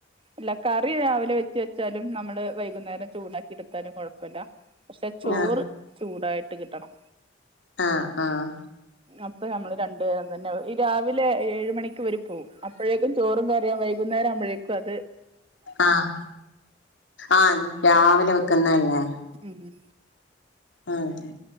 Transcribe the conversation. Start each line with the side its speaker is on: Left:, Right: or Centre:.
Right: അല്ല കറി രാവിലെ വെച്ച് വെച്ചാലും നമ്മള് വൈകുന്നേരം ചൂടാക്കി എടുത്താലും കൊഴപ്പില്ല പക്ഷെ ചോറ്
Left: ആഹ്
Right: ചൂടായിട്ട് കിട്ടണം
Left: ആഹ് ആഹ്
Right: അപ്പൊ ഞമ്മള് രണ്ടു നേരം പിന്നെ ഈ രാവിലെ ഏഴ് മണിക്ക് ഇവര് പോവും അപ്പോഴേക്കും ചോറും കറിയാം വൈകുന്നേരം ആവുമ്പഴേക്കും അ
Left: ആഹ് ആഹ് രാവിലെ വെക്കുന്നല്ലേ
Right: ഉം ഉം
Left: ആഹ് അതെ